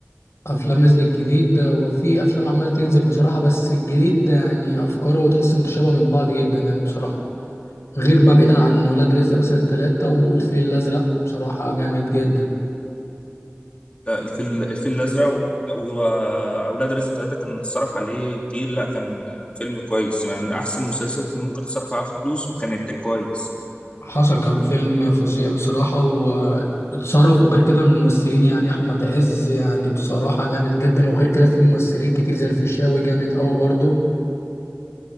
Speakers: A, on the left; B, on the left.
A: افلام نزلت جديد وفي افلام عمالة تنزل بصراحة بس الجديد ده يعني افكاره تحس متشابهة من بعض جدا يعني بصراحة غير بقى بعيدا عن ولاد رزق مثلا ثلاثة والفيل الازرق بصراحة جامد جدا
B: لا الفيل الفيل الازرق و- واولاد رزق ثلاثه كان اتصرف عليه كتير لا كان فيلم كويس يعني من احسن المسلسلات اللي ممكن تتصرف عليها فلوس وكان انتاج كويس
A: حصل كان فيلم فظيع بصراحة واتصرف وغير كده الممثلين يعني أحمد عز يعني بصراحة جامد جدا وغير كده في ممثلين كتير زي الفيشاوي جامد أوي برضه